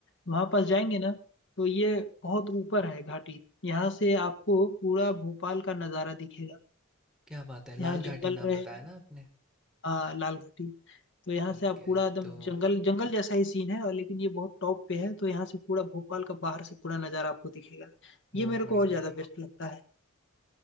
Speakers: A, on the left; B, in the centre.
A: वहाँ पास जाएंगे ना तो ये बहुत ऊपर है घाटी यहाँ से आपको पूरा भोपाल का नज़ारा दिखेगा
B: क्या बात है लाल
A: यहाँ जंगल
B: घाटी नाम
A: रहेगा
B: बताया ना आपने
A: हाँ लाल घाटी तो यहाँ
B: ठीक
A: से आप
B: है
A: पूरा एकदम
B: तो
A: जंगल जंगल जैसा ही सीन है और लेकिन ये बहुत टॉप पे है तो यहाँ से पूरा भोपाल का बाहर से पूरा नज़ारा आपको दिखेगा
B: बहुत
A: ये मेरे को
B: बढ़िया
A: और
B: भाई
A: ज़्यादा बेस्ट लगता है